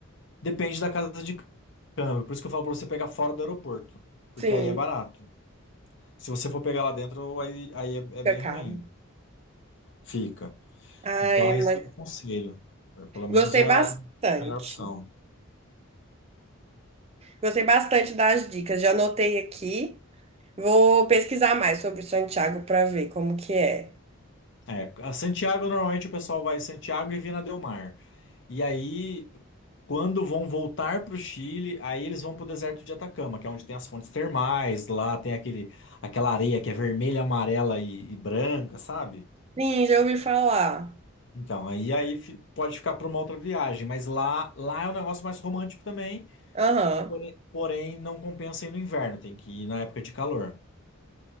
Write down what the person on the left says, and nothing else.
depende da casa de câmbio, por isso que eu falo para você pegar fora do aeroporto, porque
aí é barato. Se você for pegar lá dentro, aí, aí é, é
bem ruim, fica.
Então é
isso que eu aconselho. Pelo
menos é é
a melhor opção.
É, a Santiago normalmente o pessoal vai Santiago e Vina del Mar. E aí, quando vão voltar para o Chile, aí eles vão para o deserto de Atacama, que é onde tem as fontes termais, lá tem aquele, aquela areia que é vermelha, amarela e, e branca, sabe?
Então, aí, aí fi- pode ficar para uma outra viagem, mas lá, lá é um negócio mais romântico também,
porém, porém não compensa ir no inverno, tem que ir na época de calor.